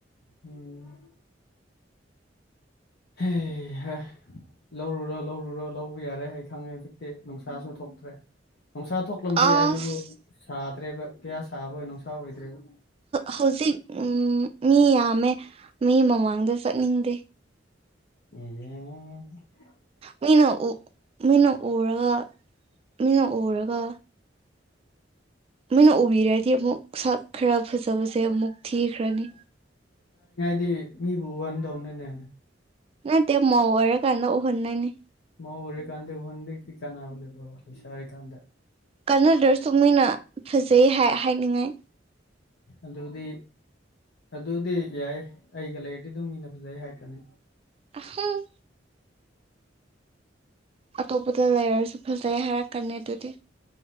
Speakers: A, on the left (about 60°); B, on the right (about 30°).
A: ꯎꯝ ꯍꯩꯍꯥ ꯂꯧꯔꯨꯔꯣ ꯂꯧꯔꯨꯔꯣ ꯂꯧꯕ ꯌꯥꯔꯦ ꯑꯩ ꯈꯪꯉꯦ ꯍꯧꯖꯤꯛꯇꯤ ꯅꯨꯡꯁꯥꯁꯨ ꯊꯣꯛꯇ꯭ꯔꯦ ꯅꯨꯡꯁꯥ ꯊꯣꯛꯂꯝꯕ
B: ꯑꯁ
A: ꯌꯥꯏ ꯑꯗꯨꯕꯨ ꯁꯥꯗ꯭ꯔꯦꯕ ꯀꯌꯥ ꯁꯥꯕ ꯅꯨꯡꯁꯥ ꯑꯣꯏꯗ꯭ꯔꯦꯕ
B: ꯍꯧꯖꯤꯛ ꯎꯝ ꯃꯤ ꯌꯥꯝꯃꯦ ꯃꯤ ꯃꯃꯥꯡꯗ ꯆꯠꯅꯤꯡꯗꯦ
A: ꯑꯣ <unintelligible>
B: ꯃꯤꯅ ꯃꯤꯅ ꯎꯔꯒ ꯃꯤꯅ ꯎꯔꯒ ꯃꯤꯅ ꯎꯕꯤꯔꯗꯤ ꯑꯃꯨꯛ ꯁꯛ ꯈꯔ ꯐꯖꯕꯁꯦ ꯑꯃꯨꯛ ꯊꯤꯈ꯭ꯔꯅꯤ
A: ꯑꯗꯨꯗꯤ ꯃꯤꯕꯨ ꯎꯍꯟꯗꯧꯅꯤꯅꯦ
B: ꯅꯠꯇ‌ꯦ ꯃꯧ ꯑꫭꯏꯔꯥ ꯀꯥꯟꯗ ꯎꯍꯟꯗꫭꯏꯅꯤ
A: ꯃꯧ ꯑꫭꯏꯔꯥ ꯀꯥꯟꯗ ꯎꯍꯟꯕꯩꯗꯤ ꯀꯥꯟꯅꯥꯕ ꯂꯩꯕꯔꫭ ꯂꯩꫪꯁꯥꯔꯤ ꯀꯥꯟꯗ
B: ꯀꯥꯟꯅꯗ꯭ꯔꯁꯨ ꯃꯤꯅ ꯐꯖꯩ ꯍꯥꯏ ꯍꯥꯏꯅꯤꯡꯉꯥꯏ
A: ꯑꯗꯨꯗꯤ ꯑꯗꯨꯗꯤ ꯌꯥꯏ ꯑꯩꯒ ꯂꯩꯔꯗꯤ ꯑꯗꯨꯝ ꯃꯤꯅ ꯐꯖꯩ ꯍꯥꯏꯈ꯭ꯔꯅꯤ
B: ꯑꯍꯨꯝ ꯑꯇꯣꯞꯄꯗ ꯂꯩꯔꯁꯨ ꯐꯖꯩ ꯍꯥꯏꯔꯛꯀꯅꯤ ꯑꯗꯨꯗꯤ